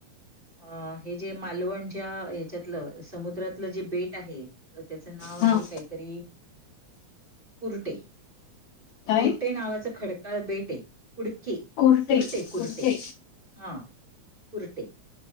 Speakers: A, on the right; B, on the left.
A: अ हे जे मालवण ज्या ह्याच्यातलं समुद्रातलं जे बेट आहे त्याचं नाव
B: हां.
A: आहे काहीतरी कुर्टे
B: काय?
A: कुरटे नावाचं खडकाळ बेट आहे कुडके
B: कुर्ते.
A: कुरटे कुरटे
B: कुर्ते.
A: हा कुरटे